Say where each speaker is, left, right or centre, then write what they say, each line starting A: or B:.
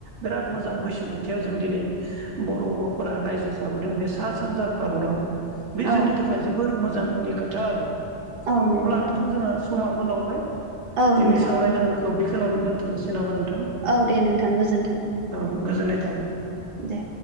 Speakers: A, on the right; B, on the right.
A: बिराद मोजां बैसुमुतियाव जों दिनै बर'फोरा रायजो जाबोदों बे सा -सानजा भारताव बे
B: औ
A: जोंनि थाखाय जोबोर मोजांनि खोथा आरो
B: औ नंगौ
A: अब्ला नोंथां जोंहा समाबो लावबाय
B: औ
A: जोंनि
B: नोंथां
A: सावरायनांगौखौ बेखिनावनो दोनथ'नोसै <unintelligible>
B: औ दे नोंथां गोजोन्थों।
A: औ गोजोननाय थाबाय।
B: दे।